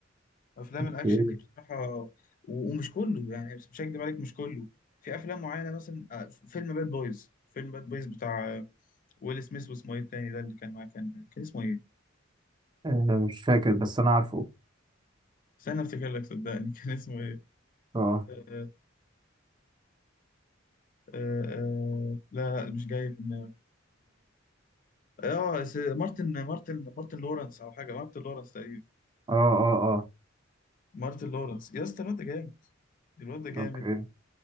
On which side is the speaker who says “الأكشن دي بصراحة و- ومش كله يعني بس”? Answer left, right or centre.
Left